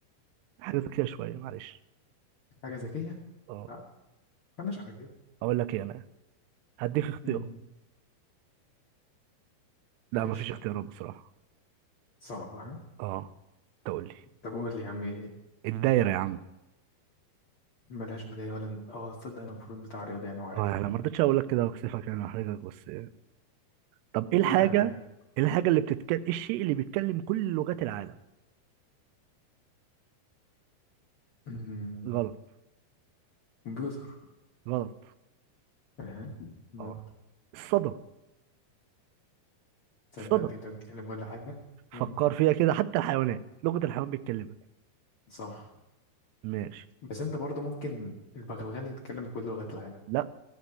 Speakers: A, on the right; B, on the left.
A: حاجه ذكيه شويه معلش
B: حاجة ذكية
A: اه
B: لا مالناش على كده
A: اقول لك ايه انا هديك اختيار
B: مم.
A: لا
B: ماشي
A: مفيش اختيارات بصراحة
B: صعبة ها
A: اه تقول لي
B: طب قول لي يا عم ايه هي
A: الدايرة يا عم
B: ملهاش بداية ولا ن- اه تصدق انا المفروض بتاع رياضة يعني وعارفها
A: اه يعني ما رضيتش اقول لك كده واكسفك يعني واحرجك بس طب ايه الحاجة
B: لا لا ايه
A: ايه الحاجة اللي بتتكلم ايه الشيء اللي بيتكلم كل لغات العالم
B: مم.
A: غلط
B: كمبيوتر
A: غلط
B: اها ما
A: اه الصدى
B: تصدق
A: الصدى
B: بيقدر يتكلم كل حاجة مم.
A: فكر فيها كده حتى الحيوانات لغة الحيوان بيتكلمها
B: صح
A: ماشي
B: بس انت برضه ممكن البغبغان يتكلم بكل لغات العالم
A: لا